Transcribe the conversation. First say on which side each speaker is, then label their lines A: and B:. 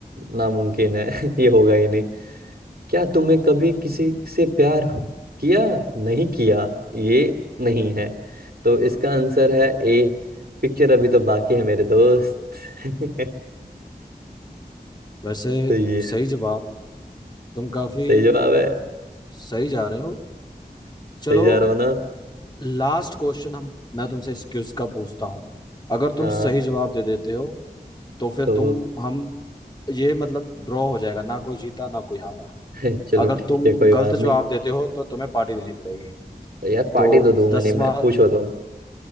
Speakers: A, on the right; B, on the left.
A: नामुमकिन है <laughs> ये होगा ही नहीं क्या तुमने कभी किसी से प्यार किया नहीं किया ये नहीं है तो इसका आंसर है ए पिक्चर अभी तो बाकी है मेरे दोस्त <laughs>
B: वैसे
A: तो ये
B: सही
A: है।
B: जवाब तुम काफी
A: सही जवाब है
B: सही जा रहे हो चलो
A: सही जा रहा हूँ ना
B: लास्ट क्वेश्चन हम मैं तुमसे इस क्विज का पूछता हूँ अगर
A: हाँ
B: तुम सही जवाब दे देते हो तो फिर
A: तो
B: तुम हम ये मतलब ड्रॉ हो जाएगा ना कोई जीता ना कोई हारा
A: <laughs> चलो
B: अगर
A: ठीक
B: तुम
A: है कोई
B: गलत
A: बात
B: जवाब
A: नहीं
B: देते हो तो तुम्हें पार्टी देनी पड़ेगी
A: तो यार पार्टी
B: तो
A: तो दूंगा
B: दसवां
A: नहीं मैं पूछो तो।